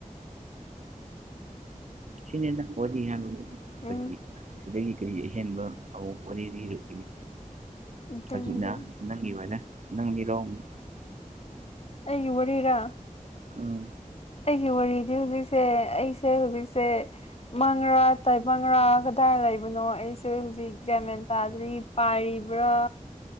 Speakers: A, on the right (about 60°); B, on the left (about 50°).
A: ꯁꯤꯅꯤꯗ ꯋꯥꯔꯤ ꯍꯥꯏꯕꯕꯨ
B: ꯎꯝ
A: ꯀꯔꯤ ꯁꯤꯗꯒꯤ ꯀꯔꯤ ꯑꯍꯦꯟꯕ ꯑꯃꯨꯛ ꯋꯥꯔꯤ ꯂꯤꯔꯨꯈꯤꯅꯤ
B: ꯑꯗꯨꯅꯤ
A: ꯍꯧꯖꯤꯛꯅ
B: ꯑꯗꯨꯅꯤ
A: ꯅꯪꯒꯤꯑꯣꯏꯅ ꯅꯪ ꯂꯤꯔꯣ ꯑꯃꯨꯛ
B: ꯑꯩꯒꯤ ꯋꯥꯔꯤꯔꯥ
A: ꯑꯥ
B: ꯑꯩꯒꯤ ꯋꯥꯔꯤꯗꯤ ꯍꯧꯖꯤꯛꯁꯦ ꯑꯩꯁꯦ ꯍꯧꯖꯤꯛꯁꯦ ꯃꯪꯔꯥ ꯇꯥꯏꯕꯪꯒꯔꯥ ꯀꯗꯥꯏ ꯂꯩꯕꯅꯣ ꯑꯩꯁꯦ ꯍꯧꯖꯤꯛ ꯒ꯭ꯌꯥꯟ ꯃꯦꯟ ꯇꯥꯗ꯭ꯔꯤ ꯄꯥꯢꯔꯤꯕ꯭ꯔꯥ